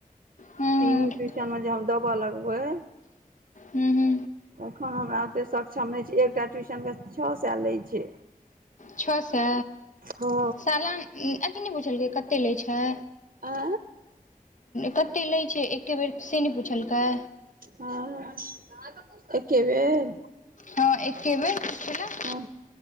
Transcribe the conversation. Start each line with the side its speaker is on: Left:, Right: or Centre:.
Left: हूँ
Right: तीनू
Left: हूँ
Right: ती सब मे जे हम दब लगबै
Left: हू हू
Right: तखन हमरा ओतेक सक्षम नहि छी एकटा ट्यूशनके छः सै लैय छै
Left: छः सै
Right: हँ
Left: सालाना अथी नहि पुछलकै कतै लै छै।
Right: आ
Left: कतै लै छै एके बेर से नहि पुछलकै
Right: हँ ह एके बेर
Left: हँ एके बेर पुछलक
Right: हँ